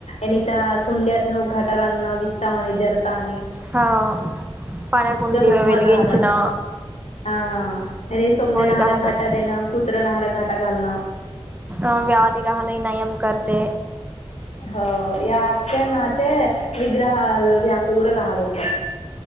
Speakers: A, on the left; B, on the right.
A: ए त कुंड्यातन घटर न विस्तम आणि जरता आणि
B: हा पण्याकंडीव
A: बोंबल
B: वलीगचना
A: राहतात. हा आणि समद्या नहायला
B: राहतात
A: घाटा देण कुत्रा नहायला घाटा घालण
B: अ व्याधी राहाले नयम करते
A: हो याच्या नाचे विग्रह आल पूरकहात होत